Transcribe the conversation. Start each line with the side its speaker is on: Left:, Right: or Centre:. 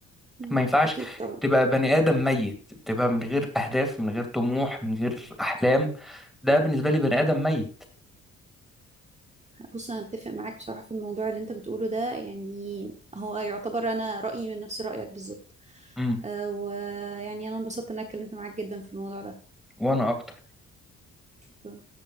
Right: مم.
Centre: ما ينفعش
Right: أكيد طبعا
Centre: تبقى بني آدم ميت تبقى من غير اهداف من غير طموح من غير احلام ده بالنسبة لي بني آدم ميت
Right: بص انا اتفق معاك بصراحه في الموضوع اللي انت بتقوله ده يعني هو يعتبر انا رايي من نفس رايك بالظبط
Centre: امم
Right: أه ويعني انا انبسطت ان انا اتكلمت معاك جدا في الموضوع ده
Centre: وانا اكتر
Right: شكرا